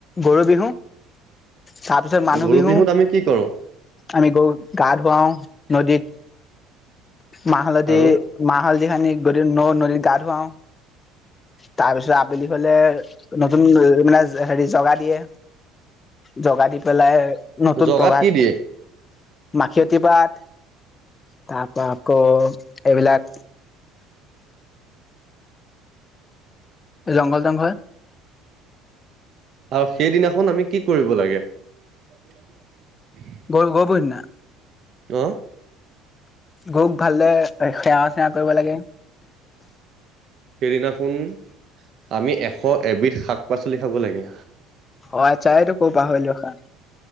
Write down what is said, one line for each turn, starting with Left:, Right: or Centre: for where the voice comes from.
Left: গৰু বিহু তাৰপিছত মানুহ
Right: গৰু
Left: বিহু।
Right: বিহুত আমি কি কৰো
Left: আমি গৰুক গা ধুৱাওঁ নদীত, মাহ, হালধি
Right: আৰু
Left: মাহ, হালদি সানি গোটেই ন নদীত গা ধুৱাওঁ। তাৰপিছত আবেলি হ'লে নতুন অ মানে জ হেৰি জগা দিয়ে। জগা দি পেলাই নতুন
Right: জগাত
Left: পঘাত,
Right: কি দিয়ে
Left: মাখিয়তী পাত তাৰপৰা আকৌ এইবিলাক জংঘল তংঘল
Right: আৰু সেইদিনাখন আমি কি কৰিব লাগে? <unintelligible>
Left: গৰ গৰব দিনা?
Right: ত
Left: গৰুক ভালদৰে এ সেৱা - চেৱা কৰিব লাগে।
Right: সেইদিনাখোন আমি এশ এবিধ শাক - পাচলি খাব লাগে।
Left: অ' আচ্ছা সেইটো কব পাহৰিলোঁ ৰখা।